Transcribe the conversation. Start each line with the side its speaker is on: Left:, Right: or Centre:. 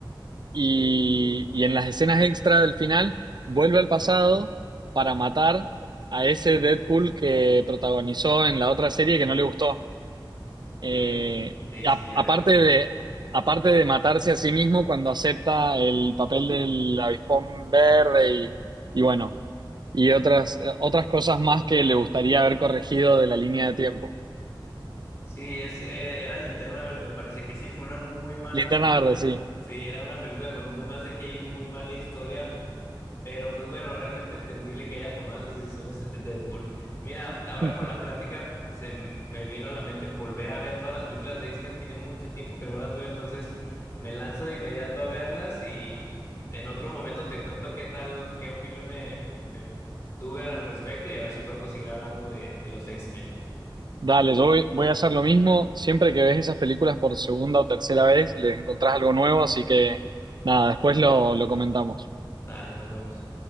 Right: Y, y en las escenas extra del final, vuelve al pasado para matar a ese Deadpool que protagonizó en la otra serie que no le gustó. Eh,
Left: Mm, sí,
Right: a-
Left: sí, ya
Right: aparte
Left: recuerdo.
Right: de, aparte de matarse a sí mismo cuando acepta el papel del avispón verde y, y bueno, y otras, eh, otras cosas más que le gustaría haber corregido de la línea de tiempo.
Left: Sí, es, eh, era Linterna Verde, me parece que sí, fue una muy mala
Right: Linterna
Left: película.
Right: verde, sí.
Left: Sí, era una película con muy más CGI, muy mala historia, Pero pues bueno, realmente entendible que haya tomado esas decisiones Deadpool. Mira, ahora
Right: <laughs>
Left: con la plática se m- me vino a la mente volver a ver todas las películas de X-Men. Tiene mucho tiempo que no las veo, entonces me lanzo de inmediato a verlas y en otro momento te cuento qué tal, qué opinión me, me tuve al al respecto y a ver si podemos seguir hablando de, de los X-Men.
Right: Dale, yo voy, voy a hacer lo mismo. Siempre que ves esas películas por segunda o tercera vez, les encontrás algo nuevo, así que nada, después lo, lo comentamos.
Left: Dale, nos vemos.